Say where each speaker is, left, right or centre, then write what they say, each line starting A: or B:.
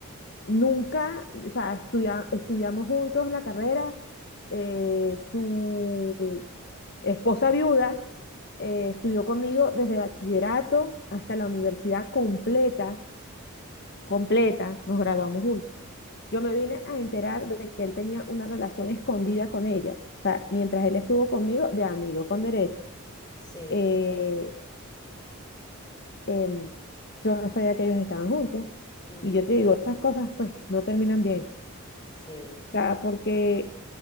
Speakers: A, on the left; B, on the left.
A: nunca, o sea, estudia- estudiamos juntos la carrera. eh, su, esposa viuda, eh, estudió conmigo desde bachillerato hasta la universidad completa, completa, nos graduamos juntos. Yo me vine a enterar de que él tenía una relación escondida con ella, o sea, mientras él estuvo conmigo de amigo con derecho.
B: sí,
A: Eh, em, yo no sabía que ellos estaban juntos.
B: mm,
A: Y yo te digo, esas cosas pues no terminan bien.
B: sí,
A: O sea, porque